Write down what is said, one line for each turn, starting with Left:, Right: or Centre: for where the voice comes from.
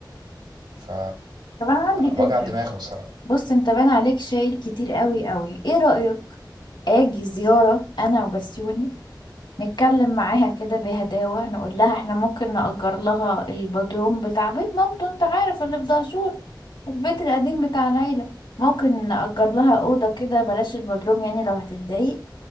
Right: ف
Left: طب انا عندي فكرة
Right: وجع دماغ بصراحه
Left: بص انت بان عليك شايل كتير قوي قوي ايه رايك اجي زياره انا وبسيوني نتكلم معاها كده بهداوه نقول لها احنا ممكن نأجر لها البدروم بتاع بيت مامته انت عارف اللي في دهشور البيت القديم بتاع العيله ممكن نأجر لها اوضه كده بلاش البدروم يعني لو هتتضايق